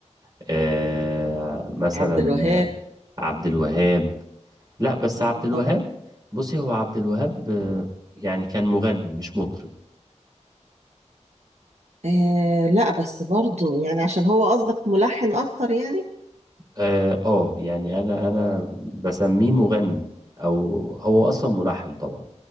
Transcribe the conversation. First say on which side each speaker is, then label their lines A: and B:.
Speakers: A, on the right; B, on the right.
A: آه مثلا
B: عبد الوهاب
A: عبد الوهاب لا بس
B: اه
A: عبد
B: طبعا
A: الوهاب بصي هو عبد الوهاب آه، يعني كان مغني مش مطرب
B: آه لا بس برضو يعني عشان هو قصدك ملحن اكتر يعني
A: اه آه، يعني انا انا بسميه مغني او هو اصلا ملحن طبعا